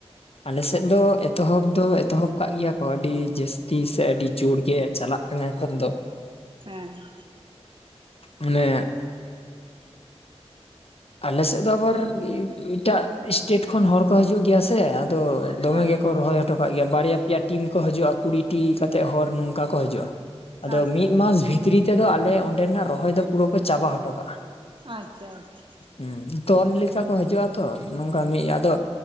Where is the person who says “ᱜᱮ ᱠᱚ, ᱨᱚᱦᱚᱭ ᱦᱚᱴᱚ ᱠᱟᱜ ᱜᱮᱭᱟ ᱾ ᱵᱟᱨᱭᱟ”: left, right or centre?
Left